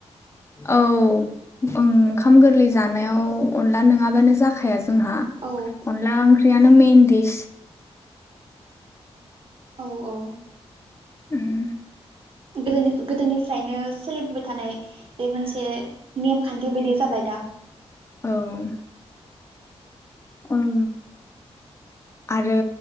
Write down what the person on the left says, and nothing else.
औ ओंखाम गोरलै जानायाव अनला नङाबानो जाखाया जोंहा
अनला ओं ख्रियानो मेेन देस
उम
औ ओम आरो